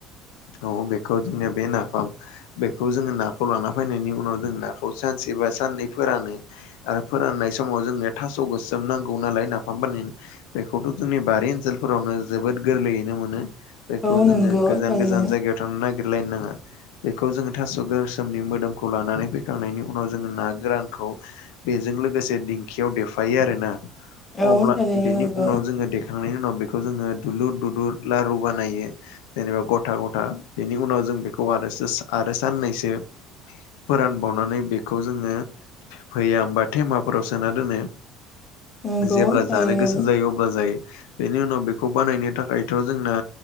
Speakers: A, on the left (about 85°); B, on the left (about 20°).
A: औ बेखौ जोंनिआ बे नाफाम बेखौ जोङो नाखौ लाना फैनायनि उनाव जों नाखौ सानसे बा साननै फोरानो आरो फोराननाय समाव जोंनो थास' गोसोम नांगौ नालाय नाफाम बानायनो बेखौथ' जोंनि बारि ओनसोलफोरावनो जोबोद गोरलैयैनो मोनो बेखौ
B: औ
A: जोङो
B: नंगौ
A: गोजान
B: थारैनो
A: गोजान जायगायाव थांना नागिरलायनो नाङा बेखौ जोङो थास' गोसोमनि मोदोमखौ लानानै फैखांनायनि उनाव जोङो ना गोरानखौ बेजों लोगोसे दिंखियाव देफायो आरोना
B: औ
A: अब्ला
B: थारैनो
A: बेनि
B: नंगौ
A: उनाव जोङो देखांनायनि उनाव बेखौ जोङो दुलुर दुलुर लारु बानायो जेनोबा ग'था ग'था बेनि उनाव जों बेखौ आरो सो आरो साननैसो फोरानबावनानै बेखौ जोङो भैयाम बा थेमाफोराव सोना दोनो
B: नंगौ
A: जेब्ला
B: थारैनो
A: जानो गोसो जायो अब्ला जायो बेनि उनाव बे खौ बानायनो थाखायथ' जोंना